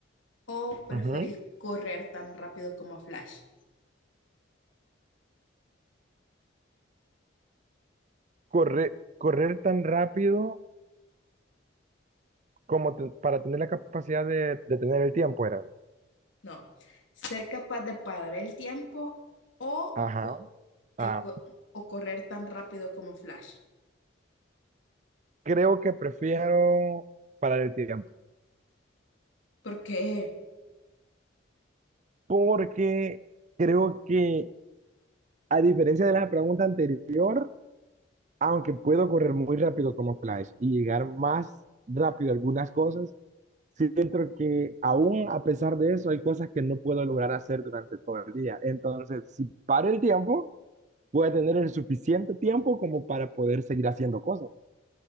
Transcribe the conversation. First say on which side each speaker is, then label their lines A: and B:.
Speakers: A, on the left; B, on the right.
A: o preferís
B: Ujú.
A: correr tan rápido como Flash?
B: correr correr tan rápido como te- para tener la capacidad de, de tener el tiempo, era.
A: No, ser capaz de parar el tiempo o,
B: Ajá.
A: co- que
B: Ah,
A: co- o correr tan rápido como Flash.
B: creo que prefiero parar el tiempo.
A: ¿Por qué?
B: Porque creo que, a diferencia de la pregunta anterior, aunque puedo correr muy rápido como Flash y llegar más rápido a algunas cosas, siento que aún a pesar de eso hay cosas que no puedo lograr hacer durante todo el día. Entonces, si paro el tiempo voy a tener el suficiente tiempo como para poder seguir haciendo cosas.